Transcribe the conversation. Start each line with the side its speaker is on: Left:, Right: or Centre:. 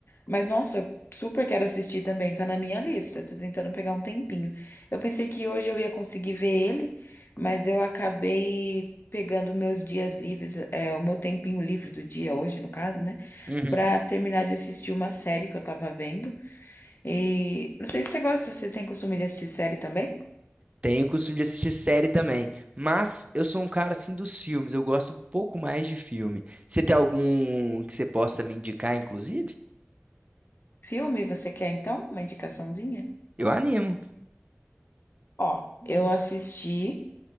Left: Mas, nossa, eu super quero assistir também, tá na minha lista. Tô tentando pegar um tempinho. Eu pensei que hoje eu ia conseguir ver ele, mas eu acabei pegando meus dias livres, é, o meu tempinho livre do dia hoje, no caso, né?
Right: Uhum.
Left: Pra terminar de assistir uma série que eu tava vendo. E não sei se você gosta, você tem costume de assistir série também?
Right: Tenho o costume de assistir série também, mas eu sou um cara assim dos filmes, eu gosto um pouco mais de filme. Você tem algum que você possa me indicar, inclusive?
Left: Filme, você quer então? Uma indicaçãozinha?
Right: Eu animo.
Left: Ó, eu assisti.